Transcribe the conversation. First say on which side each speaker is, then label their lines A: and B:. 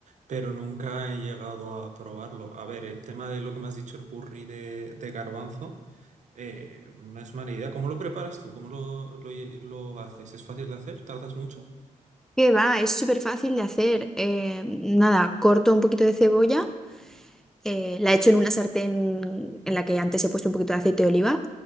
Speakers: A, on the right; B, in the centre.
A: pero nunca he llegado a probarlo. A ver, el tema de lo que me has dicho, el curry de, de garbanzo, eh, no es mala idea. ¿Cómo lo preparas tú? ¿Cómo lo, lo, lle- lo haces? ¿Es fácil de hacer? ¿Tardas mucho?
B: Que va, es súper fácil de hacer. Eh, nada, corto un poquito de cebolla Eh, la echo en una sartén en la que antes he puesto un poquito de aceite de oliva